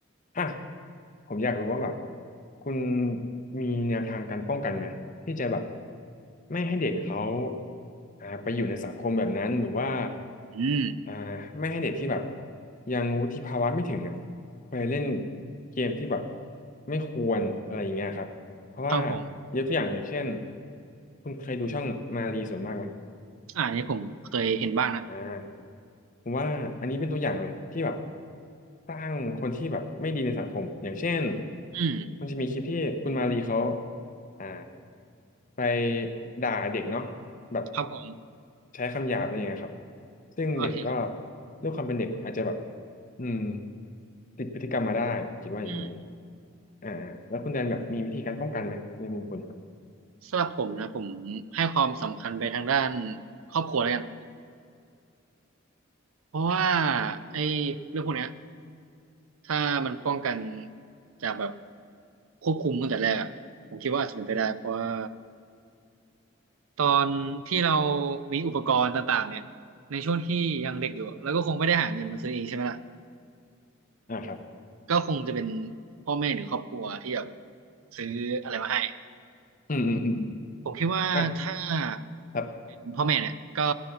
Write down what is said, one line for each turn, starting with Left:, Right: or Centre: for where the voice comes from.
Left: อ่ะผมอยากรู้ว่าแบบคุณมีแนวทางการป้องกันไหมที่จะแบบไม่ให้เด็กเขาอ่าไปอยู่ในสังคมแบบนั้นหรือว่า
Right: อืม
Left: อ่าไม่ให้เด็กที่แบบยังวุฒิภาวะไม่ถึงอ่ะไปเล่นเกมที่แบบไม่ควรอะไรอย่างเงี้ยครับเพราะว่า
Right: ครับผม
Left: ยกตัวอย่างอย่างเช่นคุณเคยดูช่องมารีส่วนมากไหม
Right: อ่าอันนี้ผมเคยเห็นบ้างนะ
Left: อ่าผมว่าอันนี้เป็นตัวอย่างเลยที่แบบสร้างคนที่แบบไม่ดีในสังคมอย่างเช่น
Right: อืม
Left: มันจะมีคลิปที่คุณมารีเขาอ่าไปด่าเด็กเนาะแบบ
Right: ครับผม
Left: ใช้คำหยาบอะไรอย่างเงี้ยครับซึ่งเด็กก็
Right: โอเคครับ
Left: ด้วยความเป็นเด็กอาจจะแบบอืมติดพฤติกรรมมาได้ผมคิดว่าอย่างนี้
Right: อืม
Left: อ่าแล้วคุณแดนแบบมีวิธีการป้องกันไหมในมุมคุณ
Right: สำหรับผมนะผมให้ความสำคัญไปทางด้านครอบครัวแล้วกันเพราะว่าไอ้เรื่องพวกเนี้ย ถ้ามันป้องกันจากแบบควบคุมตั้งแต่แรกอะผมคิดว่าอาจจะเป็นไปได้เพราะว่าตอนที่เรามีอุปกรณ์ต่างๆเนี่ยในช่วงที่ยังเด็กอยู่อะแล้วก็คงไม่ได้หาเงินมาซื้อเองใช่ไหมล่ะ
Left: อ่าครับ
Right: ก็คงจะเป็นพ่อแม่หรือครอบครัวที่แบบซื้ออะไรมาให้
Left: อืมอืมอืมอ
Right: ผมคิดว่าถ้า
Left: มอ่ะครับ
Right: เป็นพ่อแม่เนี่ยก็